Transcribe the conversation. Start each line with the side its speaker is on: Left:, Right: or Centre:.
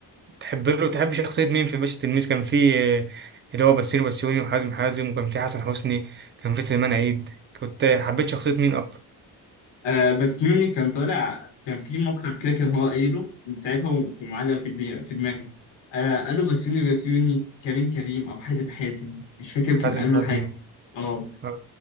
Right: تحب له تحب شخصية مين في باشا تلميذ كان في آه، اللي هو بسيرو بسيوني وحازم حازم وكان في حسن حسني كان في سليمان عيد كنت حبيت شخصية مين أكتر
Left: آه بس يوني كان طالع كان في مقطع كده كان هو قايله من ساعتها هو معلق في دماغي في دماغي آه قال له بس يوني بس يوني كريم كريم أو حازم حازم مش فاكر
Right: حازم
Left: كان قال
Right: حازم
Left: له حاجة آه
Right: آه.